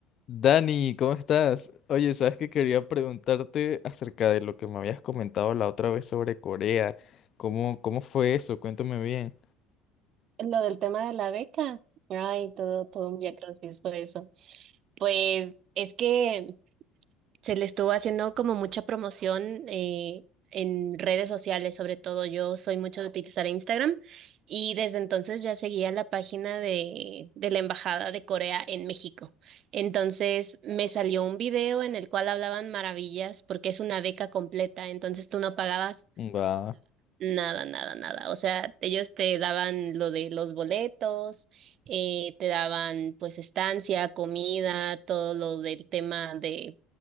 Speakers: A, on the left; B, on the right.
A: Dani, ¿cómo estás? Oye, sabes que quería preguntarte acerca de lo que me habías comentado la otra vez sobre Corea. ¿Cómo, cómo fue eso? Cuéntame bien.
B: Lo del tema de la beca, ay, todo, todo un viacrucis fue eso. Pues es que se le estuvo haciendo como mucha promoción eh, en redes sociales, sobre todo yo soy mucho de utilizar Instagram y desde entonces ya seguía la página de, de la Embajada de Corea en México. Entonces me salió un video en el cual hablaban maravillas porque es una beca completa, entonces tú no pagabas.
A: Wow,
B: Nada, nada, nada. O sea, ellos te daban lo de los boletos, eh, te daban pues estancia, comida, todo lo del tema de